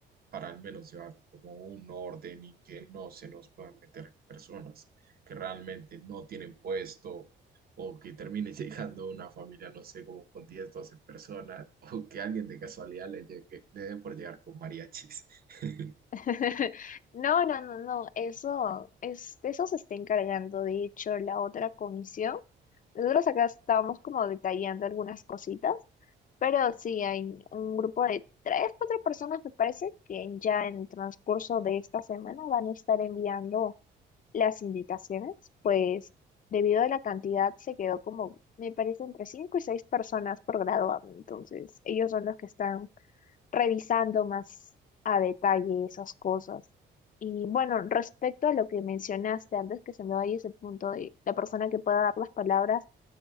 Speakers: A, on the right (about 50°); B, on the left (about 40°).
A: para al menos llevar como un orden y que no se nos puedan meter personas que realmente no tienen puesto o que termine <laughs> llegando una familia, no sé, como con 10 12 personas, o que alguien de casualidad le llegue, le dé por llegar con mariachis. <laughs>
B: <laughs> No, no, no, no, eso, es, de eso se está encargando, de hecho, la otra comisión. Nosotros acá estamos como detallando algunas cositas, pero sí, hay un grupo de tres, cuatro personas, me parece, que ya en el transcurso de esta semana van a estar enviando las invitaciones, pues debido a la cantidad se quedó como, me parece, entre 5 y 6 personas por graduado. Entonces, ellos son los que están revisando más a detalle esas cosas. Y bueno, respecto a lo que mencionaste antes que se me vaya ese punto de la persona que pueda dar las palabras,